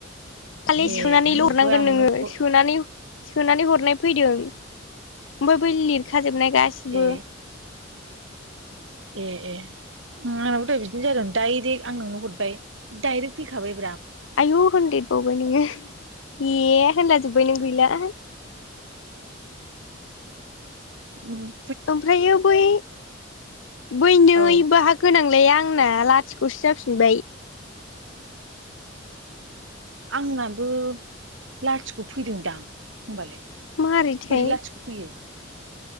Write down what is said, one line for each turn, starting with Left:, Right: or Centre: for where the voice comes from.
Left: खालि
Right: ए
Left: सोनानै
Right: औ
Left: ल हरनांगोन
Right: दहाय आं
Left: नोङो
Right: नोंनो हर
Left: सोनानै सोनानै हरनाय फैदों ओमफ्राय बै लिरखाजोबनाय गासिबो
Right: ए ए ए उ आंनाबो दहाय' बिदिनो जादों दडायरेक्ट आं नोंनो हरबाय डाइरेक्ट फैखाबाय
Left: आयु होनदेरबावबाय नोङो ए होनला जोबबाय नों गैला
Right: उम
Left: ओमफ्रायो बै बै नै
Right: औ
Left: बाहा गोनां आंना लाथिख'सो जाफिनबाय
Right: आंनाबो लाथिख' फैदोंदां होमबालाय
Left: मारैथाय
Right: बोरै लाथिख' फैयो